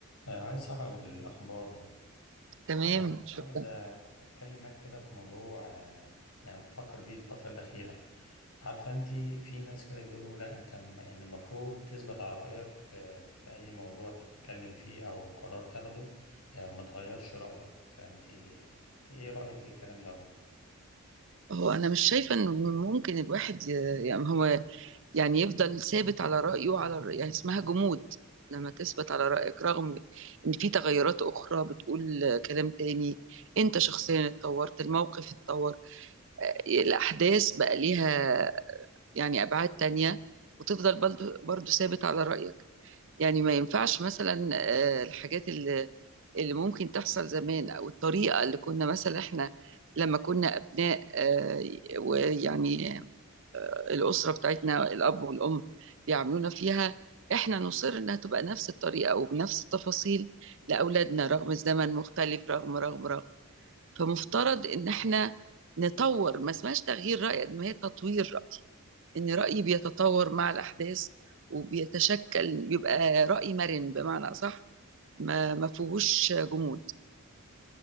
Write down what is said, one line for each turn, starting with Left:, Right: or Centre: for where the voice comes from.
Left: آه، عايز أعرض الأخبار
Right: تمام
Left: آه، كنت
Right: شكرا
Left: عاوز آه، أتكلم معاك كده في موضوع آه، يعني بفكر بيه الفترة الأخيرة عارفة أنت في ناس كده بيقولوا لا أنت م- إن المفروض تثبت على رأيك آه، في أي موضوع تتكلم فيه أو قرار تاخده آه، ما تغيرش رأيك فأنت أنت إيه رأيك في الكلام ده؟
Right: هو انا مش شايفه انه ممكن الواحد ي... يعني هو يعني يفضل ثابت على رايه على الر- يعني اسمها جمود لما تثبت على رايك رغم ان في تغيرات اخرى بتقول كلام تاني انت شخصيا اتطورت الموقف اتطور الاحداث بقى ليها يعني ابعاد تانية وتفضل برضه برضه ثابت على رايك يعني ما ينفعش مثلا آه، الحاجات اللي اللي ممكن تحصل زمان او الطريقه اللي كنا مثلا احنا لما كنا ابناء آه، ويعني الاسره بتاعتنا الاب والام بيعاملونا فيها احنا نصر انها تبقى نفس الطريقه وبنفس التفاصيل لاولادنا رغم الزمن مختلف رغم رغم رغم فمفترض ان احنا نطور ما اسمهاش تغيير راي قد ما هي تطوير راي إن رأيي بيتطور مع الأحداث وبيتشكل بيبقى رأي مرن بمعنى أصح ما ما فيهوش جمود